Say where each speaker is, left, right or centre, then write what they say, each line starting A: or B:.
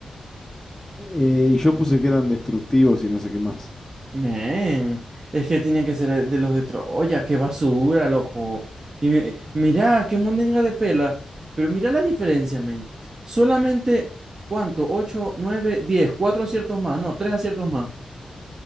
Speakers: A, in the centre; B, on the right (about 30°).
A: Eh, y yo puse que eran destructivos y no sé qué más.
B: Men, es que tienen que ser de los de Troya, qué basura, loco. Y mi- mirá, qué mondenga de pela. Pero mirá la diferencia, men. Solamente, ¿cuánto? ocho nueve diez 4 aciertos más, no, 3 aciertos más.